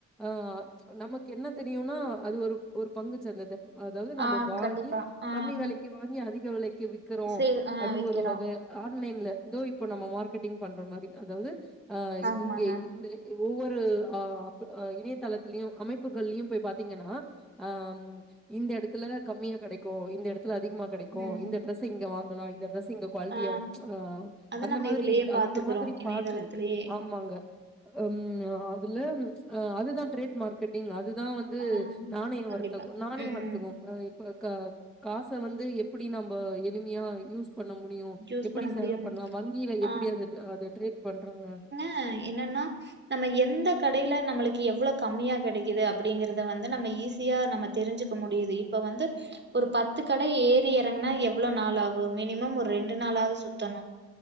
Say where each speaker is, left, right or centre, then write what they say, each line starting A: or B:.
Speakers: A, in the centre; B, on the right.
A: ஆ நமக்கு என்ன தெரியுனா அது ஒரு ஒரு பங்கு சந்த அது அதாவது நம்ப
B: ஆ
A: வாங்கி
B: கண்டிப்பா ஆ
A: கம்மி விலைக்கு வாங்கி அதிக விலைக் விக் விக்கிறோ
B: சேல் ஆ
A: அது
B: விக்கிறோ
A: ஒரு வகை ஆன்லைன்ல வந்து இப்போ நம்ம மார்கெட்டிங் பண்ற மாரி அதாவது ஆ
B: ஆமாங்க
A: இங்க ஒவ்வொரு ஆ இணையதளத்திலயு அமைப்புகள்லயு போய் பாத்தீங்கன்னா ஆ இந்த எடத்துல கம்மியா கெடைக்கு இந்த எடத்துல அதிகமா கெடைக்கு
B: ம்
A: இந்த ட்ரெஸ் இங்க வாங்கலா இந்த ட்ரெஸ் இங்க கோலிட்டியா
B: ஆ
A: ஆ
B: அது
A: அந்த
B: நம்ம
A: மாரி
B: இதுலயே பாத்துக்குறோ
A: அந்த மாரி
B: இணையதளத்திலேயே
A: பாத்து ஆமாங்க ம் அதுல அதுதான் ட்ரேட் மார்கெட்டிங் அதுதா வந்து
B: ஆ
A: ஆன்லைன்
B: கண்டிப்பா
A: வருத்தகோ நானேங்க
B: ம்
A: வருத்துகோ ஓ இப்ப காச வந்து எப்டி நம்ப எளிமையா யூஸ் பண்ண முடியும்
B: சூஸ்
A: எப்டி
B: பண்ண
A: செலவு
B: முடியும்
A: பண்ணலா வங்கில
B: ஆ
A: எப்டி அது ட்ரீட் பண்றாங்க
B: அ என்னன்னா நம்ம எந்த கடைல நம்மளுக்கு எவ்ளோ கம்மியா கெடைக்குது அப்டிங்கறத வந்து நம்ம ஈஸியா நம்ம தெரிஞ்சு க்க முடிவு இப்ப வந்து ஒரு பத்து கடை ஏறி இறங்கனா எவ்ளோ நாள் ஆகு மினிமம் ஒரு ரெண்டு நாளாவது சுத்தணு